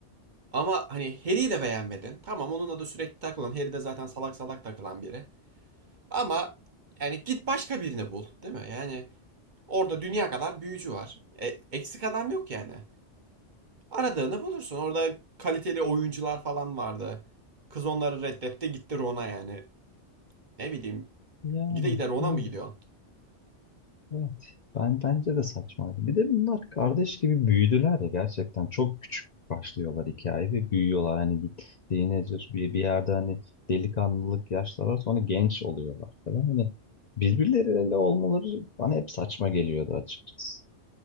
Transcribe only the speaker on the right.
Ama hani Harry'i de beğenmedin. Tamam onunla da sürekli takılan. Harry de zaten salak salak takılan biri. Ama yani git başka birini bul, değil mi? Yani orada dünya kadar büyücü var. E, eksik adam yok yani. Aradığını bulursun. Orada kaliteli oyuncular falan vardı. Kız onları reddetti gitti Ron'a yani. Ne bileyim
gide gide Ron'a
mı gidiyor?